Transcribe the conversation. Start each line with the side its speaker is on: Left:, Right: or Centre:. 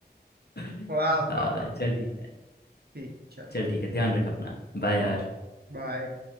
Left: <laughs>
Right: वाह
Left: हाँ
Right: वाह वाह
Left: चल ठीक है
Right: ठीक चलो
Left: चल ठीक है ध्यान रख अपना बाय यार
Right: हाँ बाय